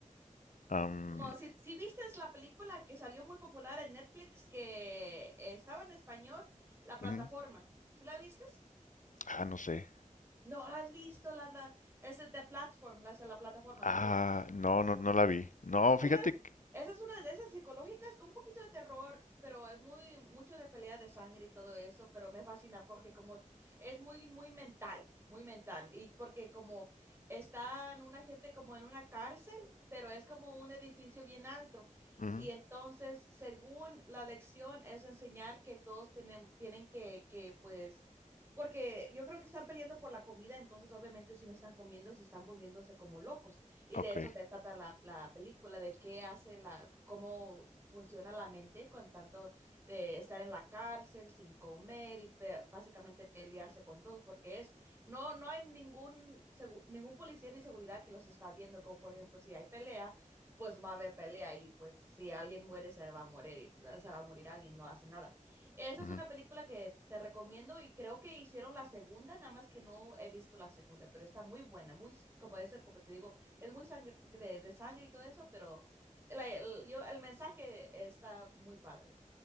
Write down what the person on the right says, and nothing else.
Como si, si viste la película que salió muy popular en Netflix que eh, estaba en español, La Plataforma.
¿Sí la vistes?
No, la has visto, la, la, es de Platform, la, la plataforma,
así se llama.
Esa
es,
esa es una de esas psicológicas con un poquito de terror, pero es muy mucho de pelea de sangre y todo eso, pero me fascina porque como es muy, muy mental, muy mental, y porque como están una gente como en una cárcel, pero es como un edificio bien alto.
Y entonces, según la lección, es enseñar que todos tienen, tienen que, que, pues, porque yo creo que están peleando por la comida, entonces obviamente si no están comiendo, se están volviéndose como locos. Y
de eso se trata la, la película, de qué hace la, cómo funciona la mente con tanto de estar en la cárcel sin comer y pe- básicamente pelearse con todos, porque es, no, no hay ningún, segu- ningún policía ni seguridad que los está viendo, como por ejemplo si hay pelea, pues va a haber pelea y pues si alguien muere se va a morir, se va a morir alguien, no hace nada. Esa
es una película que te recomiendo y creo que hicieron la segunda, nada más que no he visto la segunda, pero está muy buena, muy, como dice, como te digo, es muy sangre, de, de sangre y todo eso, pero la- el, yo, el mensaje está muy padre.